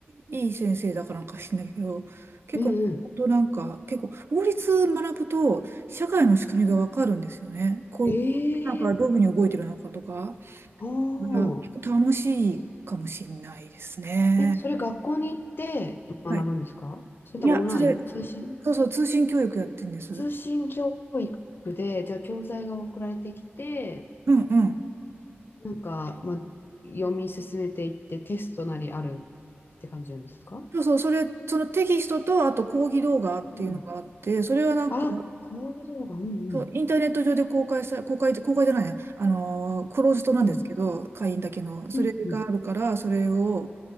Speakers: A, on the right (about 65°); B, on the left (about 50°).
A: いい先生だからなんか知んないけど、結構、
B: うんうん。
A: 本当なんか、結構法律学ぶと社会の仕組みがわかるんですよね。こう、
B: ええ
A: なんかどういうふうに動いてるのかとか、
B: ー、ああ。
A: うん結構楽しいかもしれないですね。
B: え、それ学校に行って学ぶんですかそれともオンライン通信
A: はい。いや、それ、そうそう、通信教育やってるんです。
B: 通信教育で、
A: う
B: じゃあ教材が送られてきて、
A: んうん。
B: なんか、まあ、読み進めていってテストなりあるって感じなんですか
A: そうそう、それ、そのテキストと、あと講義動画っていうのがあって、
B: うん。
A: それはなんか、
B: あ、講義動画、うんうん。
A: そう、インターネット上で公開さ、公開、公開じゃないや、あのー、クローズドなんですけど、
B: うん、
A: 会員だけの、それがあるから、
B: うん、
A: それを、